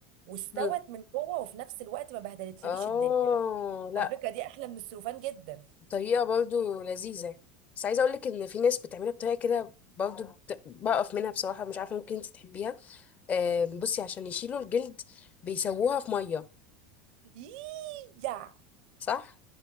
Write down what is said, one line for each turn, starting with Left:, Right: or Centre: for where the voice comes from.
Right: واستوت
Left: امم
Right: من جوه وفي نفس الوقت ما بهدلتلكيش
Left: اه
Right: الدنيا
Left: لا
Right: على فكره دي احلى من السلوفان جدا
Left: طريقة برضو لذيذة بس عايزة اقولك ان في ناس بتعملها بطريقة كده برضو بت... بقف منها بصراحة مش عارفة ممكن انت تحبيها آه بصي عشان يشيلوا الجلد بيسووها في مية
Right: ييييع
Left: صح؟